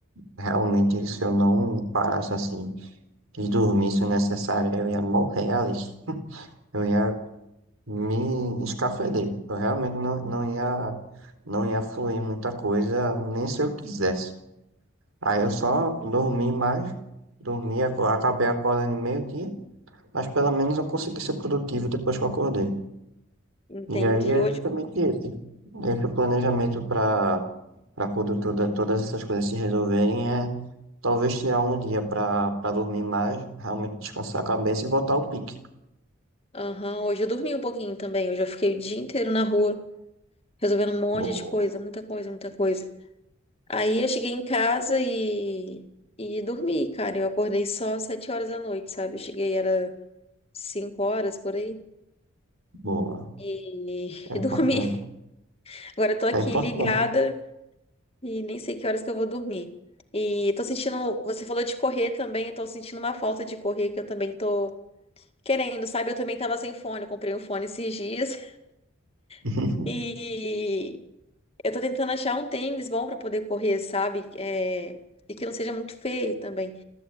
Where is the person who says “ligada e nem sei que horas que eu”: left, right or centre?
Left